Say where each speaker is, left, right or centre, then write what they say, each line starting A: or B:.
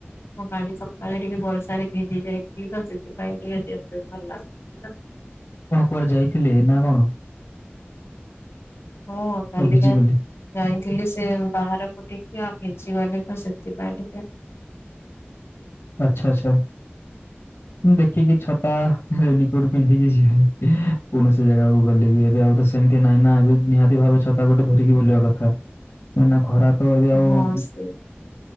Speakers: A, on the left; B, on the left.
A: ମୁଁ କାଲି ସକାଳେ ଟିକେ ବର୍ଷାରେ ଭିଜି ଯାଇଥିଲି ତ ସେଥିପାଇଁ ଟିକେ ଦେହ ବି ଭଲ ଲାଗୁ ନ।
B: ଆପଣ କୁଆଡେ ଯାଇଥିଲେ ନା କଣ?
A: ହଁ କାଲିିକା
B: ଓ ଭିଜିଗଲେ
A: ଯାଇଥିଲି ସେ ବାହାରକୁ ଟିକେ ଆଉ ଭିଜିଗଲି ତ ସେଥିପାଇଁ ଟିକେ
B: ଆଛା ଆଚ୍ଛା। ମୁଁ ଦେଖିକି ଛତା, ରେନିକୋଟ ପିନ୍ଧିକି ଯିବେ, କୌଣସି ଜାଗାକୁ ଗଲେ ବି ଏବେ ଆଉ ତ ସେମିତି ନାଇଁ ନା ଏବେ ନିହାତି ଭାବେ ଛତା ଗୋଟେ ଧରିକି ବୁଲିବା କଥା। କାଇଁନା ଖରା ତ ଏବେ ଆଉ
A: ହଁ ସେ